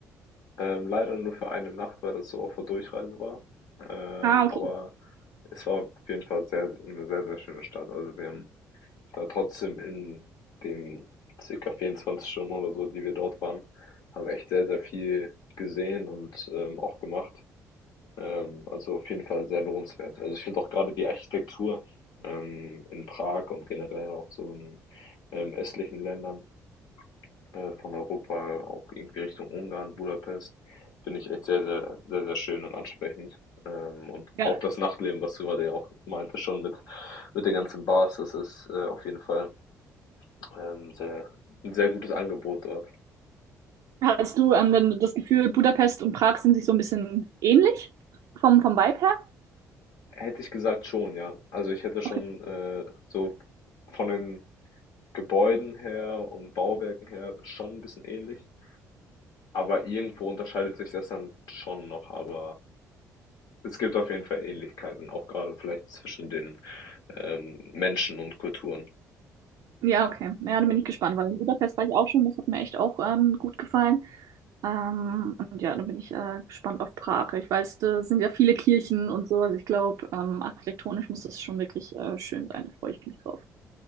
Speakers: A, on the left (about 70°); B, on the right (about 70°).
A: Ähm, leider nur für eine Nacht, weil das so auf der Durchreise war. Ähm,
B: Ah, okay.
A: aber es war auf jeden Fall sehr, eine sehr, sehr schöne Stadt. Also wir haben da trotzdem in den circa 24 Stunden oder so, die wir dort waren, haben echt sehr, sehr viel gesehen und ähm, auch gemacht. Ähm, also auf jeden Fall sehr lohnenswert. Also ich finde auch gerade die Architektur ähm, in Prag und generell auch so in ähm, östlichen Ländern äh, von Europa, auch irgendwie Richtung Ungarn, Budapest, finde ich echt sehr, sehr, sehr, sehr schön und ansprechend. Ähm, und
B: Ja.
A: auch das Nachtleben, was du gerade ja auch meinte, schon mit, mit den ganzen Bars, das ist äh, auf jeden Fall ähm, sehr, ein sehr gutes Angebot dort.
B: Hast du ähm, denn das Gefühl, Budapest und Prag sind sich so ein bisschen ähnlich vom, vom Vibe her?
A: Hätte ich gesagt schon, ja. Also ich hätte schon
B: Okay.
A: äh, so von den Gebäuden her und Bauwerken her schon ein bisschen ähnlich, aber irgendwo unterscheidet sich das dann schon noch, aber es gibt auf jeden Fall Ähnlichkeiten, auch gerade vielleicht zwischen den, ähm, Menschen und Kulturen.
B: Ja, okay. Ja, dann bin ich gespannt, weil in Budapest war ich auch schon. Das hat mir echt auch ähm, gut gefallen. Ähm, und ja, dann bin ich äh, gespannt auf Prag. Ich weiß, da sind ja viele Kirchen und so. Also ich glaube, ähm, architektonisch muss das schon wirklich äh, schön sein. Da freue ich mich drauf.